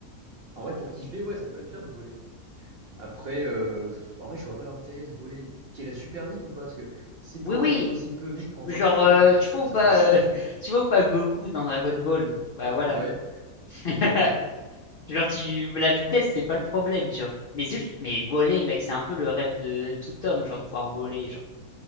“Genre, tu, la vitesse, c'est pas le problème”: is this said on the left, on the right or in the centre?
Left